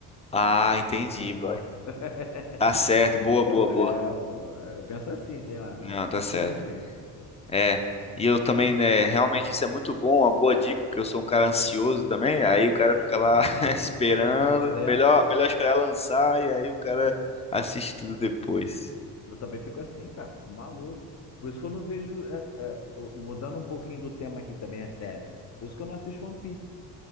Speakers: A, on the left; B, on the left.
A: Ah,
B: Aí tu fica
A: entendi,
B: de bom.
A: boy.
B: <laughs>
A: Tá certo,
B: Entendeu?
A: boa, boa, boa.
B: É, pô. Eu penso assim, sei lá, mas
A: Não, tá
B: funciona
A: certo.
B: às vezes.
A: É, e eu também, né, realmente isso é muito bom, uma boa dica, porque eu sou um cara ansioso também, aí o cara fica lá
B: É.
A: <laughs> esperando,
B: <laughs> Mas
A: é
B: é,
A: melhor,
B: pô.
A: melhor esperar lançar e aí o cara assiste tudo depois.
B: Eu também fico assim, cara. Fico maluco. Por isso que eu não vejo. é, é, mudando um pouquinho do tema aqui, que também é sério. Por isso que eu não assisto One Piece.